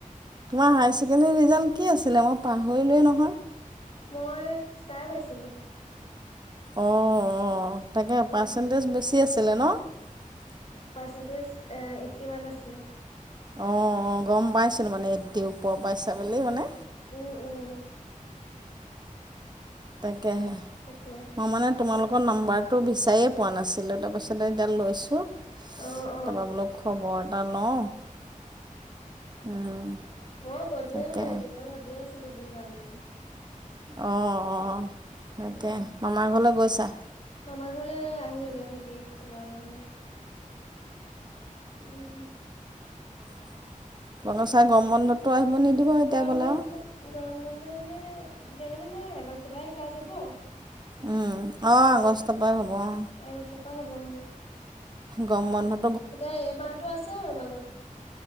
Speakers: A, on the right; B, on the left.
A: তোমাৰ হায়াৰ ছেকেণ্ডেৰী ৰিজাল্ট কি আছিলে মই পাহৰিলোৱেই নহয়
B: মই ষ্টাৰ পাইছিলো
A: অ অ তাকে
B: উম,
A: পাৰ্চেণ্টেজ
B: উম।
A: বেছি আছিলে ন <unintelligible>
B: পানদিছ এ এইটি উৱান আছিলে <unintelligible>
A: অ গম পাইছিলো মানে এইটি ওপৰ পাইছা বুলি মানে
B: উম উম
A: তাকেহে
B: তাকে।
A: মই মানে তোমালোক আকৌ নাম্বাৰটো বিচাৰিয়ে পোৱা নাছিলো তাৰপিছত তাৰছতে এতিয়া লৈছোঁ
B: অ', অ'।
A: তাৰপৰা বোলো খবৰ এটা লওঁ <unintelligible> উম,
B: মই গলোয়ে
A: তাকে
B: হয় এদিন মই ভাবি আছো এদিন যাম বুলি
A: অ অ তাকে
B: উম,
A: মামাৰ ঘৰলৈ গৈছা
B: মামাৰ ঘৰলে আহিলোগে থাকি, মামা হতৰ ঘৰত। উম।
A: <inaudible> তনোচাই গম বন্ধটো আহিব নিদিব এতিয়া
B: গৰম
A: গ'লে
B: বন্ধ
A: আৰু
B: গৰম বন্ধ মানে এতিয়া মানে মই আগষ্ট পাই ক্লাছ হব। তাৰছত
A: উম, অঁ আগষ্টৰ পৰাই হ'ব অঁ
B: আগষ্ট পা হব উম্।
A: গৰম বন্ধ।
B: এতিয়া এই মাহতো আছে আৰু মাজত।